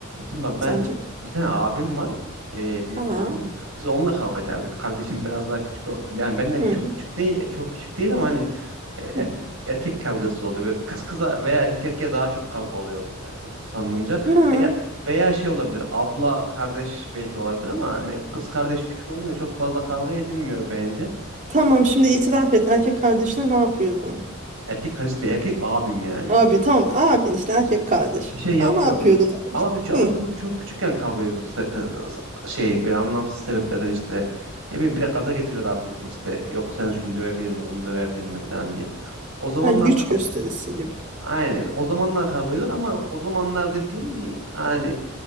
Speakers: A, on the right; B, on the right.
A: Şimdi bak ben
B: Sence?
A: bir tane abim var. e, büyük
B: Ha.
A: abim. Biz onunla kavga ederdik. Kardeşim biraz daha küçük. o- Yani benden
B: Hı
A: çok
B: hı
A: küçük değil, çok küçük değil ama hani e, erkek,
B: hı.
A: erkek kavgası oluyor. Böyle kız kıza veya erkek erkeğe daha çok kavga oluyor sa- sanılımca.
B: Hı.
A: Veya, veya şey olabilir abla kardeş belki olabilir ama hani kız kardeş küçük olunca çok fazla kavga edilmiyor bence.
B: Tamam şimdi itiraf et. Erkek kardeşine ne yapıyordun?
A: Erkek kardeşim değil, erkek abim yani.
B: Abi tamam abin işte erkek kardeş.
A: Bir şey yapmıyordum.
B: Ha, ne yapıyordun? abi?
A: Ama bir, ama
B: Hı.
A: çok çok küçükken kavga ediyorduk. Se- e, sa- Şey böyle anlamsız sebeplerden işte ne bileyim bir de gaza getiriyorlardı bizi işte yok sen şunu dövebilir mi bunu dövebilir mi falan diye. O zamanlar
B: Ha, güç gösterisi gibi.
A: Aynen. O zamanlar kavga ediyorduk ama o zamanlar dediğim bir hani